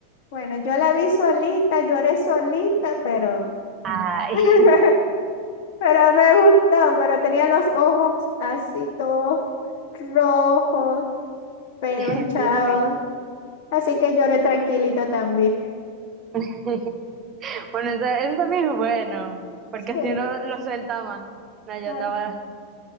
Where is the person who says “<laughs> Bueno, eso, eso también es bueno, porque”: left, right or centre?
Right